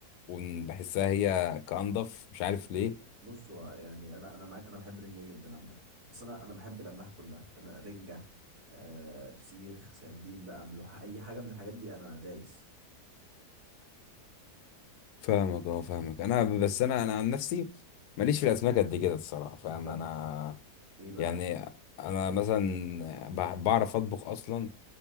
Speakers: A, on the left (about 80°); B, on the right (about 70°).
A: وبحسها هي كأنضف مش عارف ليه
B: بص هو يعني انا انا معاك انا بحب رنجه جدا عامه بس انا انا بحب الاملاح كلها فانا رنجه آه فسيخ سردين بقى ملوحه اي حاجه من الحاجات دي انا دايس
A: فاهمك اه فاهمك انا بس انا انا عن نفسي
B: مم.
A: ماليش في الاسماك قد كده الصراحه فاهم
B: طب
A: انا
B: ايه بقى
A: يعني انا مثلا بع- بعرف اطبخ اصلا